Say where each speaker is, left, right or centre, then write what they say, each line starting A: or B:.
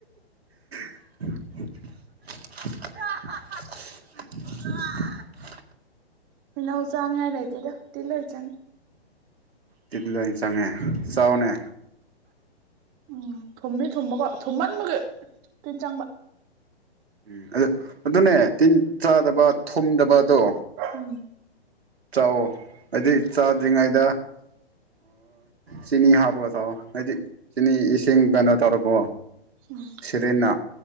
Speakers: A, on the right; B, on the right.
A: <unintelligible>
B: ꯇꯤꯜꯍꯧ ꯆꯥꯅꯤꯉꯥꯏ ꯂꯩꯇꯦꯗ ꯇꯤꯟ ꯂꯣꯏ ꯆꯪꯉꯦ꯫
A: ꯇꯤꯟ ꯂꯣꯏ ꯆꯪꯉꯦ ꯆꯥꯎꯅꯦ
B: ꯎꯝ ꯎꯝ ꯊꯨꯝꯃꯤ ꯊꯨꯝꯕꯀꯣ ꯊꯨꯝꯃꯟꯕꯒ ꯇꯤꯟ ꯆꯪꯕꯥ
A: ꯎꯝ ꯑꯗꯨ ꯑꯗꯨꯅꯦ ꯇꯤꯟ ꯆꯥꯗꯕ ꯊꯣꯗꯕꯗꯣ꯫
B: ꯎꯝ
A: ꯆꯥꯎꯑꯣ꯫ ꯍꯥꯏꯗꯤ ꯆꯥꯗ꯭ꯔꯤꯉꯩꯗ ꯆꯤꯅꯤ ꯍꯥꯞꯄꯒ ꯆꯥꯎꯑꯣ ꯍꯥꯏꯗꯤ ꯆꯤꯅꯤ ꯏꯁꯤꯡ ꯀꯩꯅꯣ ꯇꯧꯔꯛꯀꯣ꯫
B: ꯎꯝ
A: ꯁꯦꯔꯦꯟꯅ